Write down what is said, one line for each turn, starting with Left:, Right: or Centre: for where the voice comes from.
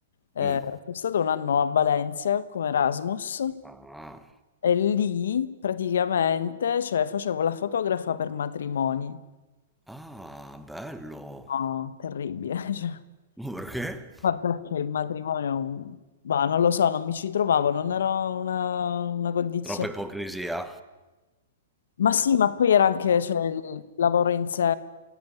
Left: eh,
Centre: Mm.
Left: sono stato un anno a Valencia come Erasmus
Centre: Ah.
Left: e lì praticamente cioè, facevo la fotografa per matrimoni.
Centre: Ah, bello.
Left: No, terribile, <laughs> cioè.
Centre: Ma Perché?
Left: Ma perché il matrimonio, è un- bah, non lo so, non mi ci trovavo, non era una, una condizione.
Centre: Troppa ipocrisia.
Left: Ma sì, ma poi era anche, cioè, il lavoro in sé